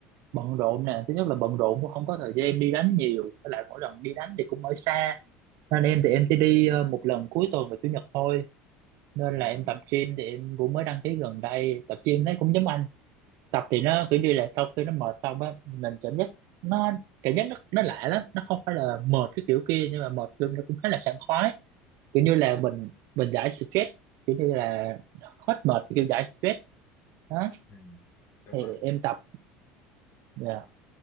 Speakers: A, on the right; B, on the left.
A: bận rộn nè thứ nhất là bận rộn cũng không có thời gian đi đánh nhiều với lại mỗi lần đi đánh thì cũng ở xa nên em thì em chỉ đi ờ, một lần cuối tuần và chủ nhật thôi nên
B: ừ.
A: là em tập gym thì em cũng mới đăng ký gần đây tập gym thấy cũng giống anh tập thì nó kiểu như là sau khi nó mệt xong á mình cảm giác nó cảm giác nó, nó lạ lắm nó không phải là mệt cái kiểu kia nhưng mà mệt kiểu nó cũng khá là sảng khoái kiểu như là mình mình giải stress kiểu như là hết mệt kiểu giải stress đó
B: Ừ. đúng
A: thì
B: rồi
A: em tập dạ.